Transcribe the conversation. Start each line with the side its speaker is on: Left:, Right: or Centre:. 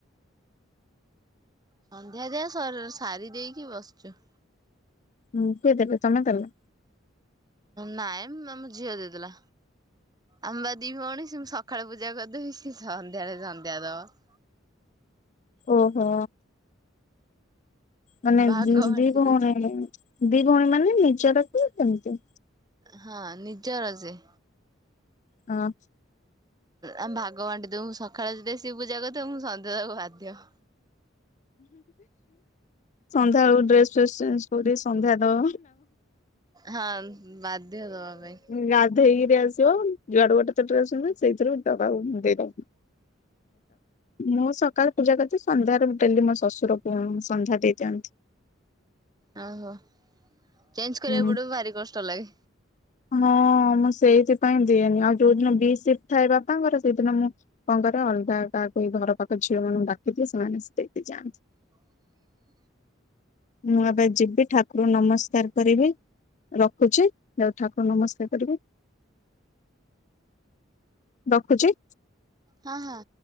Right: ସନ୍ଧ୍ୟା ଦିଆ ସରି ସାରି ଦେଇକି ବସିଚୁ।
Left: ହୁଁ କଏ ଦେଲେ? ତମେ ଦେଲ।
Right: ନାଇଁ ଆମ ଝିଅ ଦେଇ ଦେଲା। ଆମେ ଦି ଭଉଣୀ ସଁ ସକାଳୁ ପୂଜା କରିଦେବି ସ ସନ୍ଧ୍ୟାଳେ ସନ୍ଧ୍ୟା ଦବ।
Left: ଓହୋ ମାନେ
Right: ଭାଗ ବାଣ୍ଟି
Left: ଦି ଭଉଣୀ
Right: ଦଉ
Left: ଦି ଭଉଣୀ ମାନେ ନିଜରକୁ ସେମିତି
Right: ହଁ ନିଜର ସେ।
Left: ହଁ
Right: ଆ ଭାଗ ବାଣ୍ଟି ଦଉଁ। ସକାଳେ ଯଦି ସିଏ ପୂଜା କରିଥିବ ମୁଁ ସନ୍ଧ୍ୟାଳକୁ ବାଦିଅ
Left: ସନ୍ଧ୍ୟାବେଳ ଡ୍ରେସ୍ ଫସ ଚେଞ୍ଜ କରି ସନ୍ଧ୍ୟା ତ
Right: ହଁ ବାଧ୍ୟ ଦବା ପାଇଁ।
Left: ଗାଧେଇକିରି ଆସିବ ଯୁଆଡୁ ଗଟେ ତରେ ଆସଛନ୍ତି ସେଇଥିରୁ ଟାକୁ ଦେଇଦବ। ମୁଁ ସକାଳ ପୂଜା କରିଛି ସନ୍ଧ୍ୟାରେ ଡେଲି ମୋ ଶଶୁର ପ ସନ୍ଧ୍ୟା ଦେଇ ଦିଅନ୍ତି।
Right: ଓହୋ ଚେଞ୍ଜ କରିବାକୁ
Left: ହୁଁ।
Right: ପଡିବ ଭାରି କଷ୍ଟ ଲାଗେ।
Left: ହଁ ମୁଁ ସେଇଥିପାଇଁ ଦିଏନି? ଆଉ ଯୋଉ ଦିନ ବି ସିଟ୍ ଥାଏ ବାପାଙ୍କର ସେଇଦିନ ମୁଁ- - କଣ କରେ ଅଲଗା କାହାକୁ ଘର ପାଖ ଝିଅ ମାନଙ୍କୁ ଡାକି ସେମାନେ ଦେଇକି ଯାଆନ୍ତି।
Right: ର
Left: ମୁଁ ଏବେ ଯିବି ଠାକୁର ନମସ୍କାର କରିବି ରଖୁଚି। ଠାକୁର ନମସ୍କାର କରିବେ ରଖୁ ଚି।
Right: ହାଁ ହାଁ